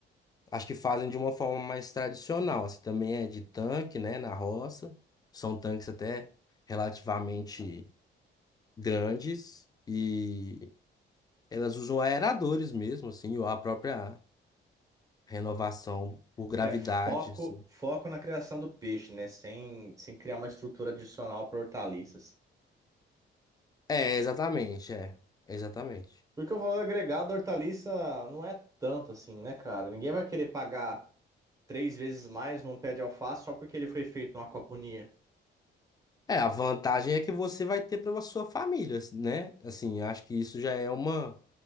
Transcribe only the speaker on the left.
Acho que fazem de uma forma mais tradicional, assim, também é de tanque, né, na roça. São tanques até relativamente grandes e elas usam aeradores mesmo, assim, ou a própria renovação
por gravidade,
assim.
É, exatamente, é, exatamente.
É, a vantagem é que você vai ter para sua família, né? Assim, acho que isso já é uma,